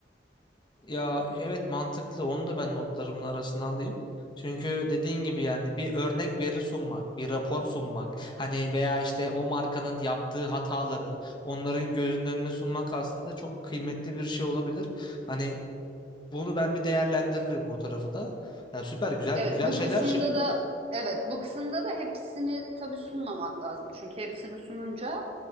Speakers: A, on the left (about 25°); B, on the right (about 35°).
A: Ya evet mantıklı onu da ben notlarımın arasına alayım. Çünkü dediğin gibi yani bir örnek veri sunmak, bir rapor sunmak, hani veya işte o markanın yaptığı hataları onların gözünün önüne sunmak aslında çok kıymetli bir şey olabilir. Hani bunu ben bir değerlendiririm o tarafı da. Ya süper güzel
B: Evet
A: güzel
B: bu
A: şeyler
B: kısımda
A: çıktı.
B: da evet bu kısımda da hepsini tabii sunmamak lazım. Çünkü hepsini sununca